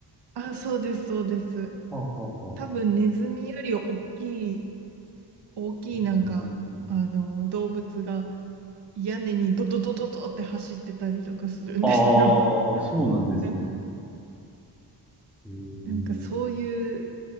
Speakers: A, on the right; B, in the centre.
A: あ、そうです、そうです。
B: はあ、はあ、はあ。
A: 多分ネズミより大きい、大きいなんか、
B: うんうんうんうん
A: あの、動物が屋根にドドドドドって走ってたりとかするんですよ。
B: あー、
A: <laughs>
B: そうなんですね。
A: な、
B: へー
A: なんかそういう